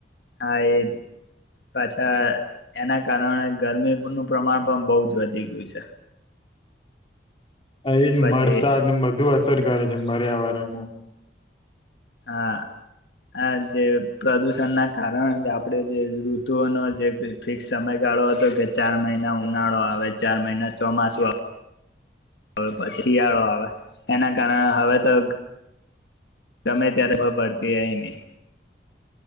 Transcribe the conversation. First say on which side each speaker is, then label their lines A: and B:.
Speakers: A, on the left; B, on the left.
A: હા એજ પાછા એના કારણે ગરમીનું પ્રમાણ પણ બહુ જ વધી ગયું છે
B: એજ
A: પછી
B: વરસાદને બધુ અસર કરે છે બર આવવારને
A: હા આ જે પ્રદુષણના કારણે આપણે જે ઋતુઓનો જે ફિક્સ સમયગાળો હતો કે ચાર મહિના ઉનાળો આવે ચાર મહિના ચોમાસું આવે પછી શિયાળો આવે એના કારણે હવે તો ગમે ત્યારે ભભરતી એ નહી